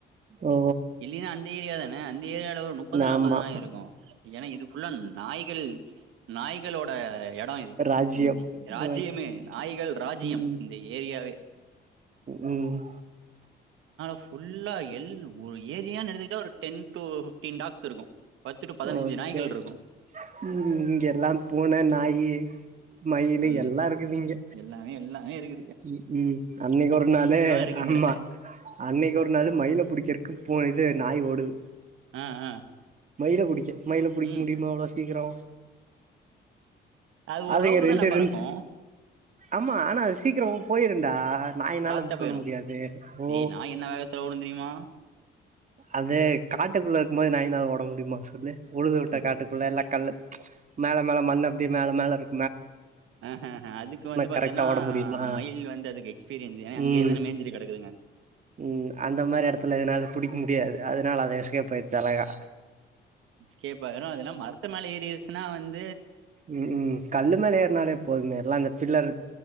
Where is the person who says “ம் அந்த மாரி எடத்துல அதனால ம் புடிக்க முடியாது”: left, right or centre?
Right